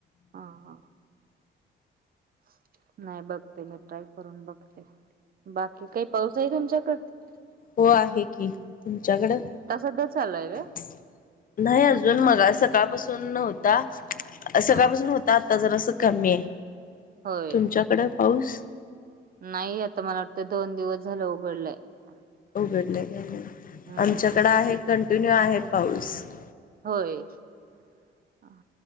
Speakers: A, on the right; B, on the left.
A: हा हअं हाअं. - <inaudible> नाही बाप बघते मी ट्राय करून बघते. - बाकी काही पाऊस आहे. तुमच्याकडं <unintelligible>
B: हों आहे की, तूमच्याकडं.
A: सध्या चालू आहे
B: -
A: व्हय
B: <unintelligible> नाही अजून मला सकाळपासून नव्हता <unintelligible> सकाळपासून
A: हा
B: होता. - आ आता जराअसं कमी आहे,
A: होय
B: तुमच्याकडे पाऊसं.
A: नाही आता मला वाटतं दोन दिवस झालं उघडलंय. -
B: उघडले ग
A: हम्म
B: आमच्याकडे आहे कंटिन्यू आहे, पाऊस. -
A: होयं. <inaudible>